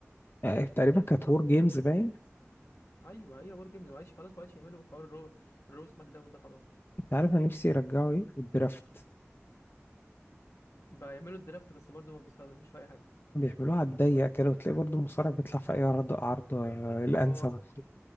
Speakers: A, on the left (about 50°); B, on the left (about 75°).
A: يعني تقريبا كانت وور جيمز باين
B: ايوه هي وور جيمز ما بقاش خلاص ما بقاش يعملوا حوار الرو الرو سماك داون ده خلاص
A: انت عارف انا نفسي يرجعوا ايه الدرافت
B: بقى يعملوا الدرافت بس برضه ما بيستخدموش في اي حاجه
A: بيعملوها على الضيق كده وتلاقي برضه المصارع بيطلع في اي عرض عرض آه، الانسب
B: اه